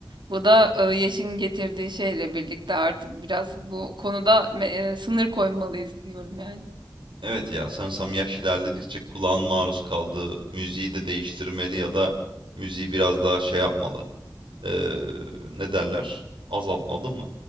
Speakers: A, on the right; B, on the right.
A: Bu da e, yaşın getirdiği şeyle birlikte artık biraz bu konuda me- e, sınır koymalıyız diyorum yani.
B: evet ya sanırsam yaş ilerledikçe kulağın maruz kaldığı müziği de değiştirmeli ya da müziği biraz daha şey yapmalı. Eee, ne derler? Azaltmalı mı?